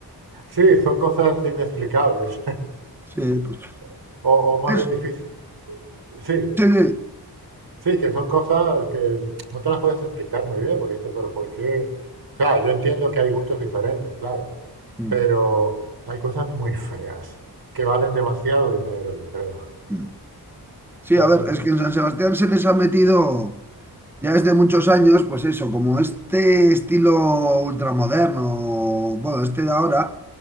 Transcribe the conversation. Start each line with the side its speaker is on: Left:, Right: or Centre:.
Right: Sí, son cosas inexplicables,
Centre: Sí, pues.
Right: <laughs> o, o más
Centre: Es,
Right: bien difíciles. Sí,
Centre: sí, sí.
Right: sí, que son cosas que no te las puedes explicar muy bien, porque dices, pero ¿por qué? O sea, yo entiendo que hay gustos diferentes, claro,
Centre: Mm,
Right: pero hay cosas muy feas que valen demasiado dinero, yo creo.
Centre: mm. Sí,
Right: Que
Centre: a
Right: eso,
Centre: ver, es que en San Sebastián se les ha metido. Ya desde muchos años, pues eso, como este estilo ultramoderno, bueno, este de ahora,